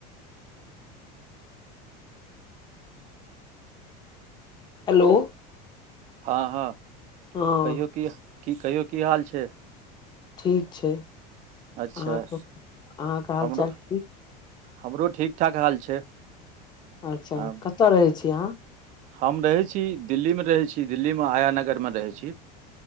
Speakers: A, on the left; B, on the right.
A: <inaudible> Hello
B: हँ हँ
A: हँ
B: कहियौ की की कहियौ की हाल छै
A: ठीक छै अहाँके
B: अच्छा
A: अहाँके हालचाल
B: हमरो
A: ठीक
B: हमरो ठीक ठाक हाल छै
A: अच्छा
B: हँ
A: कतय रहै छी अहाँ
B: हम रहै छी दिल्लीमे रहै छी दिल्लीमे हाया नगरमे रहै छी